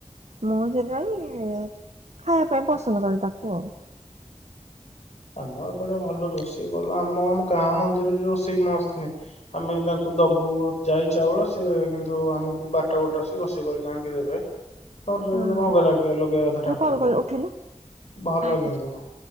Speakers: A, on the right (about 70°); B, on the left (about 65°).
A: ମୁଁ ସେଥିପାଇଁ ଖାଇବା ପାଇଁ ପସନ୍ଦ କରେ ତାକୁ ଆଉ।
B: ଆମ ଏପଟେ ଭଲ ରୋଷେଇ ଭଲ ଆମ ଆମ ଗାଁ ମନ୍ଦିରରେ ରୋଷେଇ ମସ୍ତ୍ ହୁଏ ଆମେ ତାଙ୍କୁ ଦବ ବୁ ଯାଇ ଚାଉଳ ସେ କିନ୍ତୁ ଆମକୁ ବାରଟା ଗୋଟେ ଆସି ରୋଷେଇ କରିକି ଆଣିକି ଦେବେ। ତମର ଯୋଉ
A: ହଁ
B: ଦିନ ଭୋଗ ଲାଗିବା ଲଗେଇବା କଥା
A: ଯୋଉ
B: ଠାକୁରଙ୍କୁ
A: କଲ୍ କଲେ ଉଠେଇଲୁ
B: ଭଲ
A: ବାହାରକୁ
B: କିନ୍ତୁ।
A: ଯା